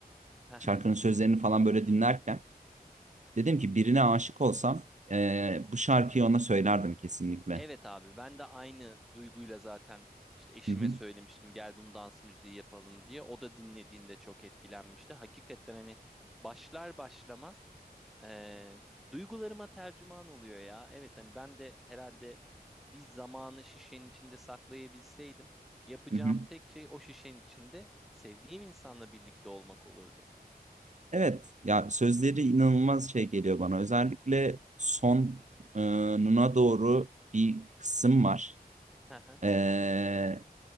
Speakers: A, in the centre; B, on the right.
A: <laughs>
B: şarkının sözlerini falan böyle dinlerken dedim ki birine aşık olsam ee, bu şarkıyı ona söylerdim kesinlikle.
A: Evet abi ben de aynı duyguyla zaten işte eşime
B: Hı hı,
A: söylemiştim gel bunu dans müziği yapalım diye. O da dinlediğinde çok etkilenmişti. Hakikaten hani başlar başlamaz eee, duygularıma tercüman oluyor ya. Evet hani ben de herhalde bir zamanı şişenin içinde saklayabilseydim yapacağım
B: hı hı.
A: tek şey o şişenin içinde sevdiğim insanla birlikte olmak olurdu.
B: Evet ya sözleri inanılmaz şey geliyor bana. Özellikle sonuna doğru bir kısım var.
A: Hı hı.
B: Ee,